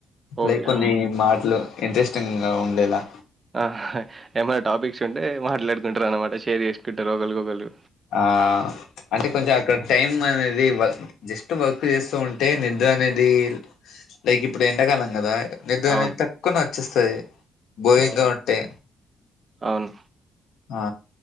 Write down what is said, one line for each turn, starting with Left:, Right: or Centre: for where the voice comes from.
Right: ఓకే.
Left: లైక్ కొన్ని
Right: ఆ!
Left: మాట్లు ఇంట్రెస్టింగ్లా ఉండేలా
Right: ఆహా ఏమైనా టాపిక్స్ ఉంటే మాట్లాడుకుంటారు అనమాట షేర్ చేసుకుంటారు ఒగల్ ఓగాలు
Left: ఆ అంటే కొంచం అక్కడ టైమ్ అనేది వర్క్ జస్ట్ వర్క్ చేస్తుంటే నిద్ర అనేది లైక్ ఇప్పుడు ఎండకాలం కదా నిద్ర అనేది
Right: అవును.
Left: తక్కువ నాక్ చేస్తది బోయి
Right: అవును.
Left: గావుంటే
Right: అవును.
Left: ఆ